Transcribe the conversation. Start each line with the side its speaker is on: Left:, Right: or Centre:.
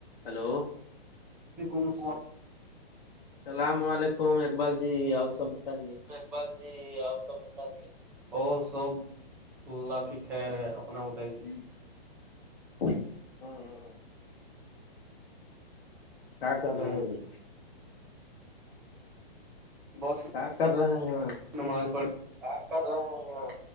Left: hello
Centre: وعلیکم السلام
Left: السلام علیکم اقبال جی اپ سب بتائیے
Centre: بس جی سب جی اور سب اللہ کی خیر ہے اپنا بتائیے
Left: ہاں کیا کر
Centre: ہمم
Left: رہے ہیں جی
Centre: بس
Left: کیا کر رہے ہیں آپ
Centre: نماز پڑھ کے کیا کر رہے ہیں